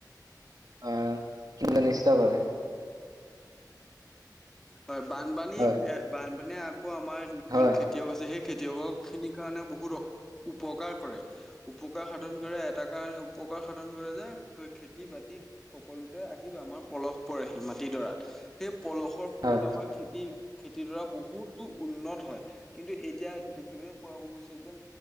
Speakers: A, on the right; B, in the centre.
A: আহ। ম নিষ্ঠা কৰে।
B: হয় বানপানী
A: হয়
B: এ বানপানীয়ে আকৌ আমাৰ যিখনল
A: হয়
B: খেতিয়ক আছে সেই। খেতিয়কৰ খিনিৰ কাৰণে বহুত। উপকাৰ কৰে উপকাৰ সাধন কৰে এটা কাৰণে উপকাৰ সাধন কৰে যে খেতি বাতি। সকলোতে আহিব আমাৰ পলস পৰেহি মাটিডৰাত সেই পলস। ফলত
A: হয়।
B: আমাৰ খেতি। খেতিডৰা বহুতো উন্নত হয় কিন্তু এতিয়া দেখিবলৈ পোৱা গৈছে যে